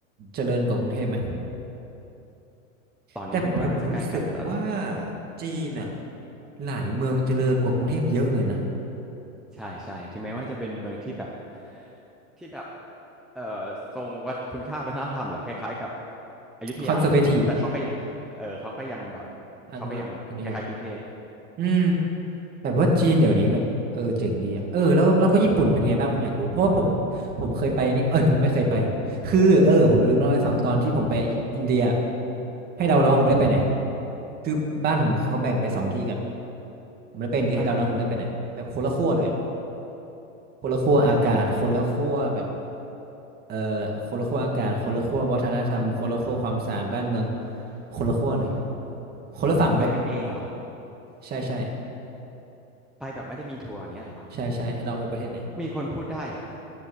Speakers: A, on the right; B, in the centre.
A: เจริญกว่ากรุงเทพไหม
B: ตอนนี้พี่ว่าน่าจะใกล้ๆกันแล้วล่ะ
A: แต่ผมรู้สึกว่าจีนอะหลายเมืองเจริญกว่ากรุงเทพเยอะเลยนะ
B: ใช่ใช่ถึงแม้ว่าจะเป็นเมืองที่แบบ ที่แบบเอ่อทรงวัดคุณค่าวัฒนธรรมเหรอคล้ายๆกับอยุธยาแต่เขาก็ยังเออเขาก็ยังแบบ
A: คอนเซอร์เวทีฟอนุรักษ์นิยม
B: เขาก็ยังคล้ายๆกรุงเทพ
A: อืมแบบว่าจีนเดี๋ยวนี้แบบเออเจ๋งดีอ่ะเออแล้วแล้วก็ญี่ปุ่นเป็นไงบ้างผมอยากรู้เพราะว่าผมผมเคยไปนี่เอ้ยผมไม่เคยไปคือเออผมลืมเล่าให้ฟังตอนที่ผมไปอินเดียให้เดาน้องผมไม่ได้ไปไหน
B: ครับ
A: คือบ้านผมเขาแบ่งไปสองที่กันผมไม่ได้ไปอินเดียให้เดาน้องผมไม่ได้ไปไหนแบบคนละขั้วเลยอ่ะ
B: อ่ะฮะ
A: คนละขั้วอากาศคนละขั้วแบบ
B: ได้ไปไหนเหรอ
A: เออคนละขั้วอากาศคนละขั้ววัฒนธรรมคนละขั้วความสะอาดบ้านเมืองคนละขั้วเลยคนละฝั่งด้วย
B: ไปกันเองเหรอ
A: ใช่ใช่
B: ไปแบบไม่ได้มีทัวร์อย่างเงี้ยเหรอ
A: ใช่ใช่ให้เราไปประเทศไหน
B: มีคนพูดได้เหรอ